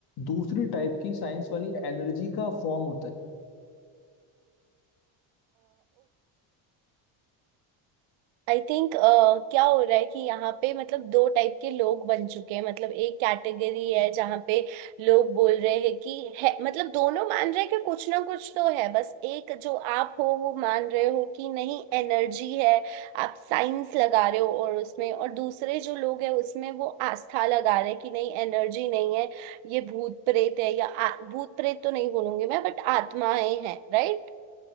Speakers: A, on the left (about 50°); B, on the right (about 80°).
A: दूसरी टाइप की साइंस वाली एनर्जी का फॉर्म होता है
B: आई थिंक क्या हो रहा है कि यहाँ पे मतलब दो टाइप के लोग बन चुके हैं मतलब एक कैटेगरी है जहाँ पे लोग बोल रहे हैं कि है मतलब दोनों मान रहे हैं कि कुछ ना कुछ तो है बस एक जो आप हो वो मान रहे हो कि नहीं एनर्जी है आप साइंस लगा रहे हो और उसमें और दूसरे जो लोग हैं उसमें वो आस्था लगा रहे हैं कि नहीं एनर्जी नहीं है ये भूत प्रेत है या आ, भूत प्रेत तो नहीं बोलूंगी मैं बट आत्माएं हैं राइट